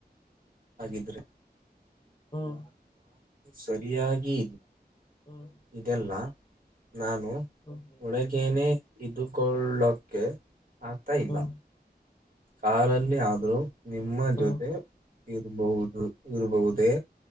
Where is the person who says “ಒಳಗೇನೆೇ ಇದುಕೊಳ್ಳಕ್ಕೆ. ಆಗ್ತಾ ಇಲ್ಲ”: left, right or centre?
Right